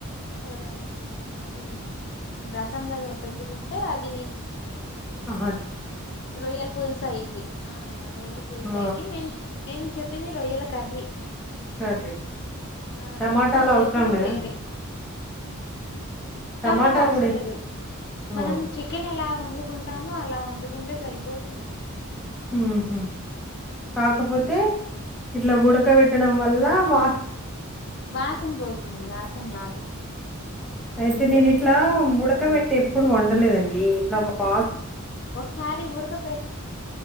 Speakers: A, on the left; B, in the centre.
A: ఏ అది కొంచెం రసంలాది పెట్టుకుంటే అదీ
B: అహ
A: రొయ్యల్ పుల్స్ అయిద్ది ఆ రొయల్ పుల్స్
B: ఆ!
A: అయిది మేం నేన్ చెప్పింది రొయ్యల కర్రీ
B: సరే
A: ఆ
B: టమాటాలు
A: రొయ్యల వేపుడు
B: అవసరం లేదా
A: వేరే
B: టమాటాలు
A: టమాటా అవసరం
B: గూడా ఏస్
A: లేదు మనం
B: ఆహా!
A: చికెన్ ఎలా వండు కుంటాము అలా వండుకుంటే సరిపోతుంది
B: హుహు కాకపోతే ఇట్లా ఉడక పెట్టడం వల్ల వా
A: వాసన పోతుంది వాసన రాదు
B: అయితే నేను ఇట్లా ఉడకబెట్టి ఎప్పుడు వండలేదండి ఇట్లా వా
A: ఒకసారి ఉడకపో